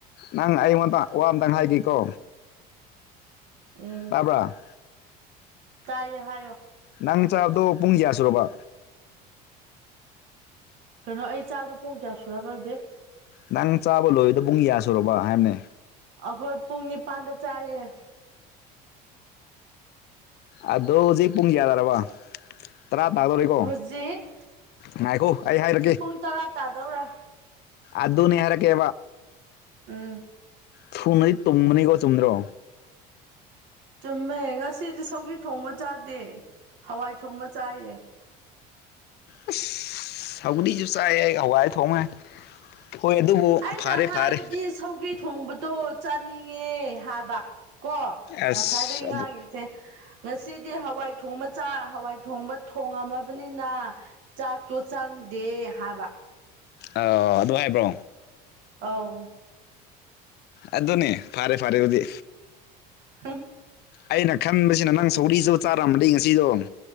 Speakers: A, on the left; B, on the right.
A: ꯅꯪ ꯑꯩꯉꯣꯟꯇ ꯋꯥ ꯑꯃꯇꯪ ꯍꯥꯏꯒꯦꯀꯣ
B: ꯎꯝ
A: ꯇꯥꯕ꯭ꯔꯥ
B: ꯇꯥꯏꯌꯦ ꯍꯥꯏꯌꯣ
A: ꯅꯪ ꯆꯥꯕꯗꯣ ꯄꯨꯡ ꯀꯌꯥ ꯁꯨꯔꯕ
B: ꯀꯩꯅꯣ ꯑꯩ ꯆꯥꯕꯗꯣ ꯄꯨꯡ ꯀꯌꯥ ꯁꯨꯔꯕꯗꯤ
A: ꯅꯪ ꯆꯥꯕ ꯂꯣꯏꯗ ꯄꯨꯡ ꯌꯥ ꯁꯨꯔꯕ ꯍꯥꯏꯕꯅꯦ꯫
B: ꯑꯩꯈꯣꯏ ꯄꯨꯡ ꯅꯤꯄꯥꯟꯗ ꯆꯥꯏꯌꯦ
A: ꯑꯗꯣ ꯍꯧꯖꯤꯛ ꯄꯨꯡ ꯀꯌꯥ ꯇꯔꯕ ꯇꯔꯥ ꯇꯥꯗꯣꯔꯤꯀꯣ
B: ꯍꯧꯖꯤꯛ
A: ꯉꯥꯏꯈꯣ ꯑꯩ ꯍꯥꯏꯔꯛꯒꯦ
B: ꯄꯨꯡ ꯇꯔꯥ ꯇꯥꯗꯧꯔꯦ
A: ꯑꯗꯨꯅꯦ ꯍꯥꯢꯔꯛꯒꯦ
B: ꯎꯝ
A: ꯊꯨꯅꯗꯤ ꯇꯨꯝꯕꯅꯤꯀꯣ ꯆꯨꯝꯗ꯭ꯔꯣ꯫
B: ꯆꯨꯝꯃꯦ ꯉꯁꯤꯗꯤ ꯁꯧꯒꯤ ꯊꯣꯡꯕ ꯆꯥꯗꯦ ꯍꯋꯥꯏ ꯊꯣꯡꯕ ꯆꯥꯏꯌꯦ
A: ꯑꯁ ꯁꯧꯒꯔꯤꯁꯨ ꯆꯥꯏꯑꯦ ꯍꯋꯥꯏ ꯊꯣꯡꯉꯦ ꯍꯥꯢ ꯍꯣꯏ ꯑꯗꯨꯕꯨ
B: ꯑꯩꯅ
A: ꯐꯔꯦ
B: ꯍꯥꯏꯕꯗꯤ
A: ꯐꯔꯦ
B: ꯁꯧꯒ꯭ꯔꯤ ꯊꯣꯡꯕꯗꯣ ꯆꯥꯅꯤꯡꯉꯦ ꯍꯥꯏꯕ ꯀꯣ
A: ꯑꯁ
B: ꯉꯁꯥꯏꯗꯒꯤ
A: ꯑꯗꯨ
B: ꯉꯥꯡꯉꯤꯁꯦ ꯉꯁꯤꯗꯤ ꯍꯋꯥꯏ ꯊꯣꯡꯕ ꯆꯥꯛ ꯍꯋꯥꯏ ꯊꯣꯡꯕ ꯊꯣꯡꯉꯝꯃꯕꯅꯤꯅ ꯆꯥꯛꯇꯨ ꯆꯪꯗꯦ ꯍꯥꯏꯕ
A: ꯑꯥ ꯑꯗꯨ ꯍꯥꯏꯕ꯭ꯔꯣ
B: ꯑꯥꯎ
A: ꯑꯗꯨꯅꯦ ꯐꯔꯦ ꯐꯔꯦ ꯎꯗꯤ
B: ꯍꯨꯝ
A: ꯑꯩꯅ ꯈꯟꯕꯁꯤꯅ ꯅꯪ ꯁꯧꯒꯔꯤꯁꯨ ꯆꯥꯔꯝꯕꯗꯤ ꯉꯁꯤꯗꯣ